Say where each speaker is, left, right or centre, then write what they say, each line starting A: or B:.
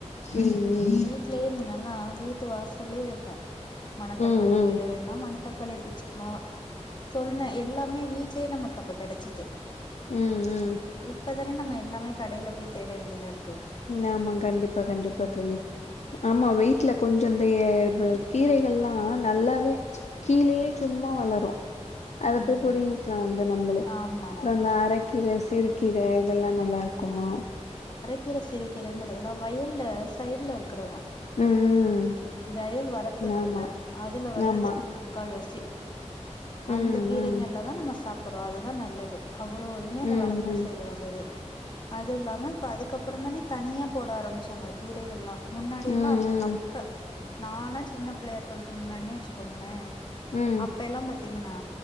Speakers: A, on the left; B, on the left.
A: ம் ம்
B: வீட்லயே முன்னா ல்லா வீட்டு வாஸ் தில்லே இருக்கு மனத்தக்காளி
A: ம் ம்
B: கீற வேணும்னா மனத்தக் களைப்பிச்சுக்கலா சொல்றே எல்லாமே வீட்லயே நமக்கு அப்ப கெடைச்சிச்சு
A: ம் ம்
B: இக் இததானே நம்ம எல்லாமே கடைல போய் தேட வேண்டியதா இருக்கு
A: ஆமா கண்டிப்பா
B: ம்
A: கண்டிப்பா தோழி ஆமா வீட்ல கொஞ் ந்த கீரைகள் ல்லா நல்லாவே ச் கீழேயே சும்மா வளரும் அத போய்
B: ம்
A: புடிங்கலா வந்து நம்மளே
B: ஆமா
A: அப்பறம் அந்த அரக் கிர சிறு கி கீர இதெல்லா நல்லா இருக்குமா
B: கீரை சிறுகீரைங்கிறதுலாம் வயல்ல சைட்ல இருக்கிறதான்
A: ம் ம்
B: வயல் வரப்பு இருக்குல்ல
A: ஆமா
B: அதுல வர்றது
A: ஆமா
B: முக்கால் வாசி அந்த
A: ம்
B: கீரைங்கள்ல
A: ம்
B: தான் நம்ம சாப்பற்றோம் அதுதான் நல்லது அவ்ளோ இதுமே அந்த
A: ம்
B: வரப்பு
A: ம்
B: சைடு வர்றது அது இல்லாம இப்ப அதுக்கப்புறம் தானே தனியா போட ஆரம்பிச்சாங்க கீரைகள்ல்லாம் முன்னாடி
A: ம் ம்
B: எல்லாம் அப் நான்லாம் சின்ன பிள்ளையா இரு க்க முன்னனே வச்சுக்கோங்களேன்
A: ம்
B: அப்ப எல்லாம் பத் தீங்கன்னா